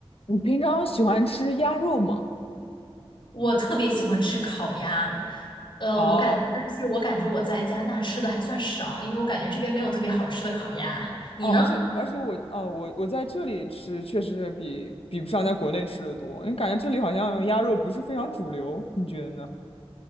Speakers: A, on the left; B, on the left.
A: 你平常喜欢吃鸭肉吗？
B: 我特别喜欢吃烤鸭，呃，
A: 哦
B: 我感，但是我感觉我在加拿大吃的还算少，因为我感觉这边没有特别好吃的烤鸭。你呢？
A: 哦，而且而且我哦，我我在这里吃确实是比比不上在国内吃的多，因为感觉这里好像鸭肉不是非常主流，你觉得呢？